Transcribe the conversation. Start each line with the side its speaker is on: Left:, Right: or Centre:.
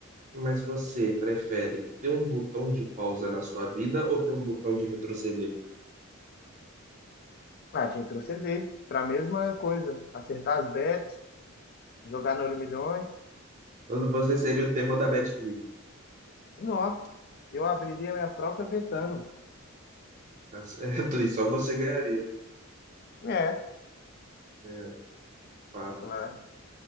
Right: mas você prefere ter um botão de pausa na sua vida ou ter um botão de retroceder?
Left: ah, te retroceder para a mesma coisa, acertar as bets, jogar no Euromilhões.
Right: Você seria o terror da BetClick,
Left: Não, eu abriria minha própria betano.
Right: tá certo? E só você ganharia.
Left: É,
Right: É, fato.
Left: claro.